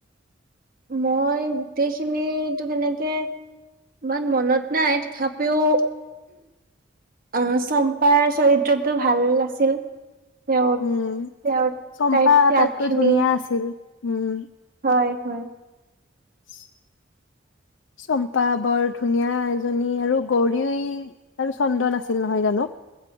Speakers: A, on the right; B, on the left.
A: মই গোটেইখিনিটো তেনেকে ইমান মনত নাই তথাপিও অ' চম্পাৰ চৰিত্ৰটো ভাল আছিল। তেওঁৰ
B: উম
A: তেওঁৰ
B: চম্পা
A: তাইৰ ত্যাগ
B: আটাইতকৈ
A: খিনি
B: ধুনীয়া আছিল উম।
A: হয় হয়
B: <unintelligible> চম্পা বৰ ধুনীয়া এজনী আৰু গৌৰী আৰু চন্দন আছিল নহয় জানো